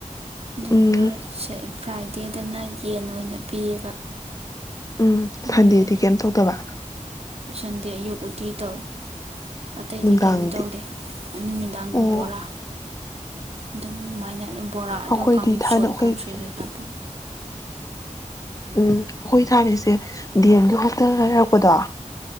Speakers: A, on the right; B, on the left.
A: ꯑꯗꯨꯒ
B: ꯎꯝ
A: ꯐ꯭ꯔꯥꯏꯗꯦꯗ ꯅꯥꯏ ꯌꯦꯟ ꯑꯣꯏꯅ ꯄꯤꯌꯦꯕ
B: ꯎꯝ
A: ꯑꯗꯨꯒꯤ
B: ꯁꯟꯗꯦꯗꯤ ꯀꯩꯝ ꯇꯧꯗꯕ
A: ꯁꯟꯗꯦ ꯌꯌꯨꯛ ꯎꯇꯤ ꯇꯧꯋꯤ ꯑꯇꯩꯗꯤ
B: ꯅꯨꯡꯗꯥꯡꯒꯤꯗꯤ
A: ꯀꯩꯝ ꯇꯧꯗꯦ ꯅꯨꯃꯤꯗꯥꯡꯗ
B: ꯑꯣ
A: ꯕꯣꯔꯥ ꯑꯗꯨ ꯑꯗꯨ ꯃꯥꯏꯅ ꯕꯣꯔꯥ ꯑꯗꯨꯒ
B: ꯑꯩꯈꯣꯏꯗꯤ
A: ꯀꯥꯡꯁꯣꯏ
B: ꯊꯥꯏꯅ ꯑꯩꯈꯣꯏ
A: ꯀꯥꯡꯁꯣꯏꯗꯦ ꯀꯥꯞꯄꯤ
B: ꯎꯝ ꯑꯩꯈꯣꯏ ꯊꯥꯅꯁꯦ ꯗꯤ ꯑꯦꯝꯒꯤ ꯍꯣꯁꯇꯦꯜꯗꯔꯛꯄꯗꯣ